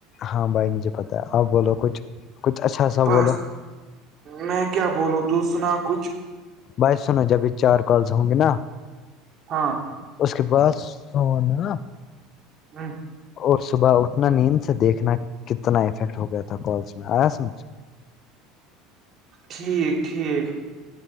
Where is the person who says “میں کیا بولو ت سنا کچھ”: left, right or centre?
Right